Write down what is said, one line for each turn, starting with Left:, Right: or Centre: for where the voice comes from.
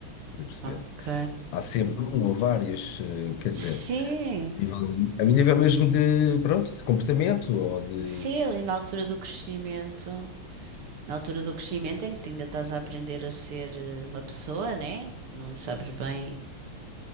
Left: a perceber?
Right: Ok.
Left: Há sempre um ou vários, eh, quer dizer,
Right: Sim,
Left: nível a mim nível mesmo de, pronto, de comportamento ou de
Right: sim, ali na altura do crescimento. Na altura do crescimento em que tu ainda estás a aprender a ser eh, uma pessoa, né? Não sabes bem.